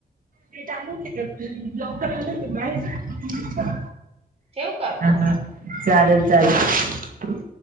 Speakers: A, on the right (about 60°); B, on the right (about 40°).
A: तेट आलते का लवकर आल होत बाहेर
B: ठेवू का मग
A: हा
B: आता
A: हा चालेल चालेल